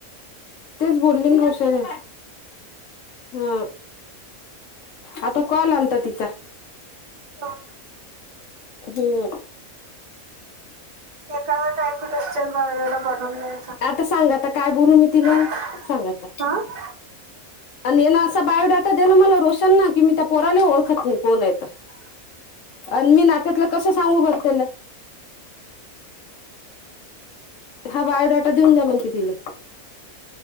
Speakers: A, on the left; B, on the right.
A: तेच बोलेना, रोशाने हा. आता कॉल आलता तिचा.
B: <inaudible>
A: हो <unintelligible>
B: एकावर काय टेक्चर बायोडाटा पाठवून देयचा.
A: आता सांगा आता काय बोलू मी तिला
B: <inaudible>
A: सांगा आता आणि याला असा बायोडाटा दिला मला रोशन ना, की मी त्या पोराने ओळखत नाही कोण आहे तर?
B: <inaudible>
A: आणि मी नात्यातलं कसं सांगू बर त्यांना. हा बायोडाटा देऊन द्या, म्हणते तिले.